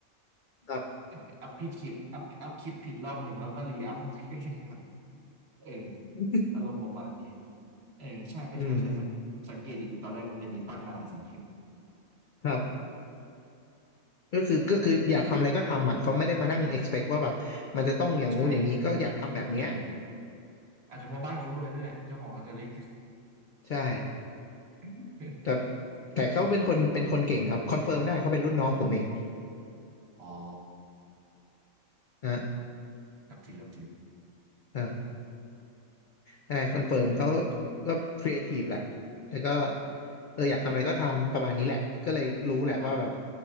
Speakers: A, on the left; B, on the right.
A: ครับ
B: เอออัพผิดคลิปอัพอัพคลิปผิดรอบหนึ่งแล้วก็รีอัพมันก็ยังดัง <laughs> เออ
A: <laughs>
B: อารมณ์ประมาณนี้เออใช่ใช่ใช่มันสังเกตดีๆตอนแรกมันจะมีตั้งอะไรสองคลิป
A: อืมครับ ก็คือก็คืออยากทำอะไรก็ทำอ่ะเขาไม่ได้มานั่ง expect ว่าแบบมันจะต้องอย่างงู้นอย่างนี้ก็อยากทำแบบเนี้ย
B: ใช่เอออาจจะเพราะบ้านเขารวยด้วยแหละเจ้าของอัตลิี
A: ใช่
B: <laughs>
A: แต่แต่เขาเป็นคนเป็นคนเก่งครับคอนเฟิร์มได้เขาเป็นรุ่นน้องผมเอง
B: อ๋อ
A: อ่ะ
B: นับถือนับถือ
A: อ่าได้คอนเฟิร์มเขาก็ครีเอทีฟแหละแล้วก็เอออยากทำอะไรก็ทำประมาณนี้แหละก็เลยรู้แหละว่าแบบ
B: ครับ